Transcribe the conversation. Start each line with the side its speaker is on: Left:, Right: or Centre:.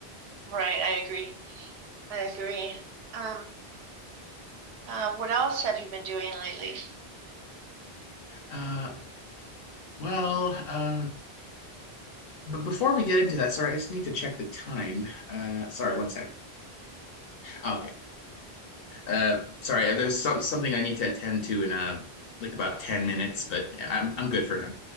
Right: Right, I agree. I agree. Um, uh, what else have you been doing lately?
Left: uh, well, um, but before we get into that, sorry, I just need to check the time. Uh, sorry, one sec. Ah, okay. Uh, sorry, uh, there's some, something I need to attend to in uh, like about 10 minutes, but I'm, I'm good for now.